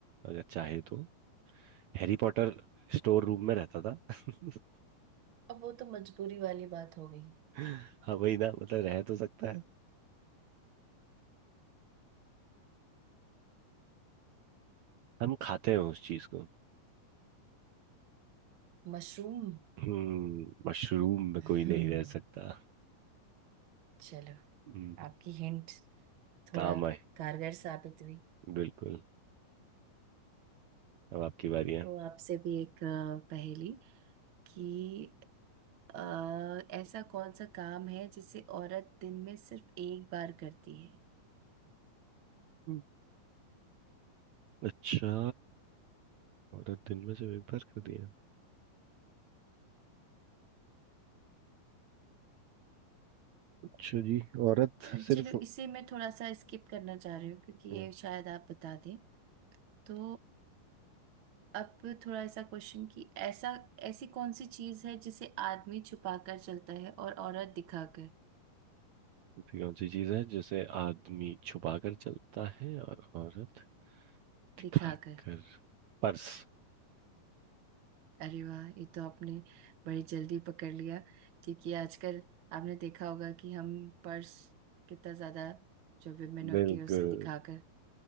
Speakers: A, on the right; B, on the right.
A: अगर चाहे तो हैरी पॉटर स्टोर रूम में रहता था <laughs>
B: अब वो तो मजबूरी वाली बात हो गई
A: हाँ वही ना मतलब रह तो सकता है हम खाते हैं उस चीज को
B: मशरूम
A: हम्म मशरूम में
B: हम्म
A: कोई नहीं रह सकता
B: चलो
A: हम्म,
B: आपकी हिंट थोड़ा
A: काम आए
B: कारगर साबित हुई
A: बिल्कुल अब आपकी बारी है
B: तो आपसे भी एक अ, पहेली कि अ, ऐसा कौन सा काम है जिसे औरत दिन में सिर्फ एक बार करती है
A: हम्म, अच्छा औरत दिन में सिर्फ एक बार खाती है अच्छा जी औरत
B: अ,
A: सिर्फ
B: चलो इसे मैं थोड़ा सा स्किप करना चाह रही हूँ क्योंकि
A: हम्म
B: ये शायद आप बता दें तो अब थोड़ा ऐसा क्वेश्चन कि ऐसा ऐसी कौन सी चीज है जिसे आदमी छुपा कर चलता है और औरत दिखाकर
A: ऐसी कौन सी चीज है जिसे आदमी छुपा कर चलता है और औरत दिखा
B: दिखाकर
A: कर पर्स
B: अरे वाह ये तो आपने बड़ी जल्दी पकड़ लिया क्योंकि आजकल आपने देखा होगा कि हम पर्स कितना ज्यादा जो विमेन होती
A: बिल्कुल
B: है उसे दिखाकर